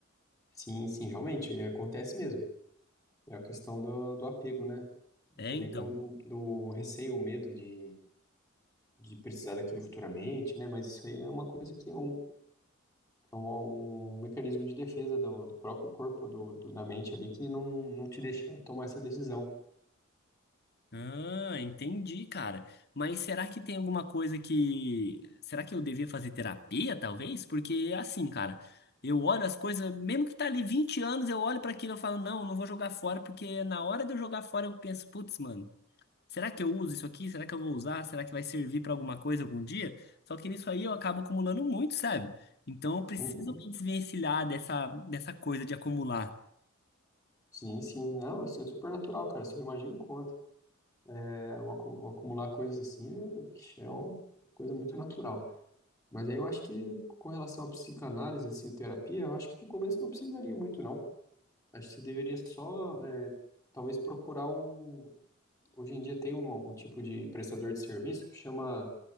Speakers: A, on the left; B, on the left.
A: Sim, sim, realmente, é, acontece mesmo. É a questão do, do apego, né? E
B: É,
A: Também
B: então.
A: do, do, do receio, o medo de, de precisar daquilo futuramente, né? Mas isso aí é uma coisa que é um, é um, um mecanismo de defesa do, do próprio corpo, do, do- da mente ali, que não, não te deixa tomar essa decisão.
B: Ah, entendi, cara. Mas será que tem alguma coisa que. Será que eu devia fazer terapia, talvez? Porque, é assim, cara, eu olho as coisas, mesmo que tá ali 20 anos, eu olho pra aquilo e eu falo, não, eu não vou jogar fora, porque na hora de eu jogar fora eu penso, putz, mano, será que eu uso isso aqui? Será que eu vou usar? Será que vai servir pra alguma coisa algum dia? Só que nisso aí eu acabo acumulando muito, sabe? Então eu preciso
A: Uhum.
B: me desvencilhar dessa, dessa coisa de acumular.
A: Sim, sim, não, isso é super natural, cara. Você não imagina o quanto. É, o acu- o acumular coisas assim é, vixe, é um, uma coisa muito natural. Mas aí eu acho que com relação à psicanálise, assim, à terapia, eu acho que no começo não precisaria muito, não. Acho que você deveria só, é, talvez procurar um... Hoje em dia tem um, um tipo de prestador de serviço que chama,